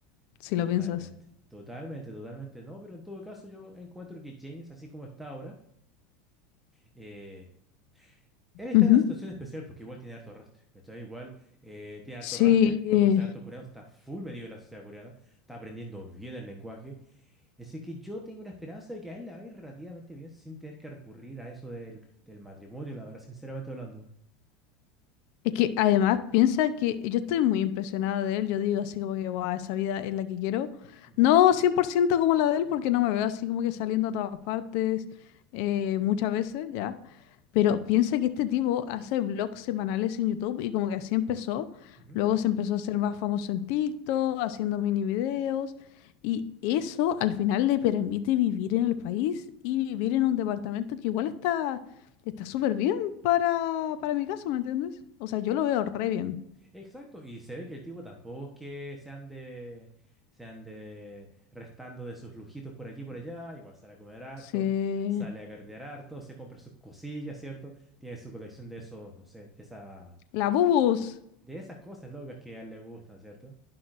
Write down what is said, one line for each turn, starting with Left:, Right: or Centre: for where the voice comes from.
Left: si
Centre: Totalmente,
Left: lo piensas.
Centre: totalmente, totalmente. No, pero en todo caso yo encuentro que James, así como está ahora, eh, él está
Left: Ujú.
Centre: en una situación especial porque igual tiene harto rastre, ¿cachai? Igual eh, tiene harto
Left: Sí.
Centre: rastre, conoce a hartos coreanos, está full metido en la sociedad coreana, está aprendiendo bien el lenguaje. Así que yo tengo la esperanza de que a él le va a ir relativamente bien sin tener que recurrir a eso del, del matrimonio, la verdad, sinceramente hablando.
Left: Es que además piensa que yo estoy muy impresionada de él. Yo digo así como que, wow, esa vida es la que quiero.
Centre: Ujú,
Left: No 100% como la de él porque no me veo así como que saliendo a todas partes eh, muchas veces, ya. Pero piensa que este tipo hace vlogs semanales en YouTube y como que así empezó.
Centre: ujú.
Left: Luego se empezó a hacer más famoso en TikTok, haciendo mini videos. Y eso al final le permite vivir en el país y vivir en un departamento que igual está está súper bien para, para mi caso, ¿me entiendes? O sea, yo lo veo re bien.
Centre: Exacto, y se ve que el tipo tampoco es que se ande, se ande restando de sus lujitos por aquí y por allá, igual sale a comer harto,
Left: Sí.
Centre: sale a carretear harto, se compra sus cosillas, ¿cierto? Tiene su colección de esos, no sé, de esas
Left: La Bubus.
Centre: de esas cosas locas que a él le gustan, ¿cierto?